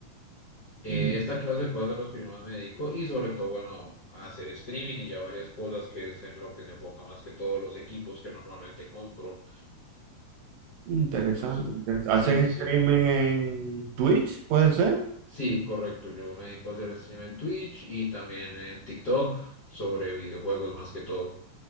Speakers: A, on the left; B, on the right.
A: Eh,
B: mm,
A: esta clase de cosas a las que yo más me dedico y sobre todo, bueno, a hacer streaming y ya varias cosas que es en lo que se enfoca más que todos los equipos que normalmente compro.
B: interesante,
A: Entonces,
B: interes-
A: sí,
B: ¿Hacen
A: sí,
B: streaming
A: sí.
B: en Twitch, puede ser?
A: Sí, correcto. Yo me dedico a hacer stream en Twitch y también en TikTok sobre videojuegos más que todo.